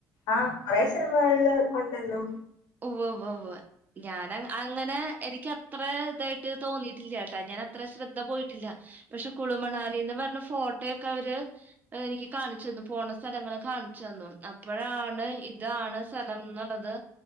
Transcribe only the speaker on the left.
ആഹ് കൊറേ സിനിമകളില് ഒണ്ടല്ലോ